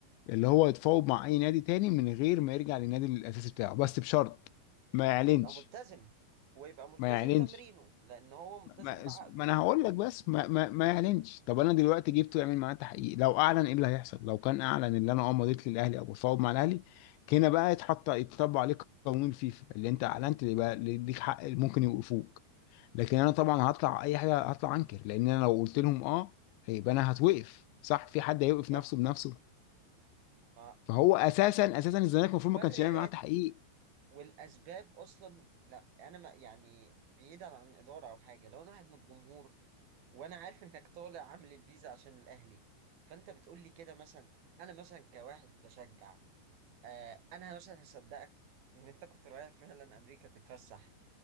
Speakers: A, on the left; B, on the right.
A: اللي هو يتفاوض مع اي نادي تاني من غير ما يرجع للنادي الاساسي بتاعه بس بشرط ما يعلنش
B: يبقى ملتزم ويبقى ملتزم
A: ما يعلنش
B: تمرينه لان هو ملتزم
A: ما,
B: بعقده
A: ما انا هقول لك بس ما, ما, ما يعلنش طب انا دلوقتي جبته يعمل معاه تحقيق لو اعلن ايه اللي هيحصل لو كان اعلن ان انا اه مضيت للاهلي او بفاوض مع الاهلي هنا بقى يتحط يتطبق عليك قانون الفيفا اللي انت اعلنت اللي بقى اللي ليك حق اللي ممكن يوقفوك لكن انا طبعا هطلع اي حاجه هطلع انكر لان انا لو قلت لهم اه هيبقى انا هتوقف صح في حد هيوقف
B: صح
A: نفسه بنفسه
B: ما
A: فهو اساسا اساسا الزمالك
B: المبررات
A: المفروض ما كانش يعمل معاه تحقيق
B: والاسباب اصلا لا انا ما يعني بعيدا عن اداره او حاجه لو انا واحد من الجمهور وانا عارف انك طالع عامل الفيزا عشان الاهلي فانت بتقول لي كده مثلا انا مثلا كواحد بشجع آه انا مثلا هصدقك ان انت كنت رايح فعلا امريكا تتفسح